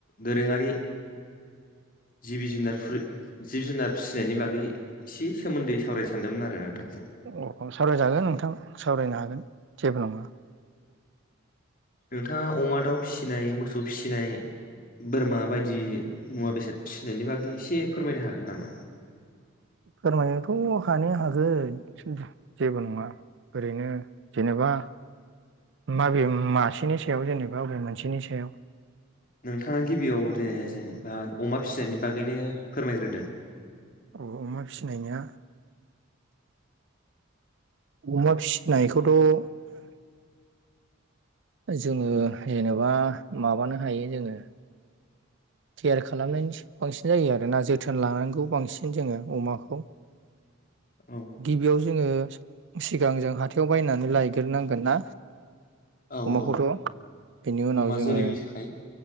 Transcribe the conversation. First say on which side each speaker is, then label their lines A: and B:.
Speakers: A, on the left; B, on the right.
A: दोरोङारि जिबि जुनारफोर जिब जुनार फिसिनायनि बागै एसे सोमोन्दै सावरायनो सान्दोंमोन आरो नोंथांजों
B: अ सावरायजागोन नोंथां सावरायनो हागोन जेबो नङा
A: नोंथाङा अमा दाउ फिसिनाय मोसौ फिसिनाय बोरमा बायदि मुवा बेसाद फिसिनायनि बागै एसे फोरमायनो हागोन नामा
B: फोरमायनोथ' हानाया हागोन जेबो नङा ओरैनो जेनेबा माबे मासेनि सायाव जेनेबा अबे मोनसेनि सायाव
A: नोंथाङा गिबियाव दे जेनेबा अमा फिनायनि बागैनो फोरमायग्रोदो
B: औ अमा फिसिनायनिया अमा फिसिनायखौथ' जोङो जेनेबा माबानो हायो जोङो केयार खालामनायनि सायाव बांसिन जायो आरो ना जोथोन लानांगौ बांसिन जोङो अमाखौ
A: औ
B: गिबियाव जो जोङो सिगां जों हाथायाव बायनानै लायग्रोनांगोन ना
A: औ
B: अमाखौथ'
A: औ
B: बेनि उनाव
A: अमा
B: जोङो
A: जोलैनि थाखाय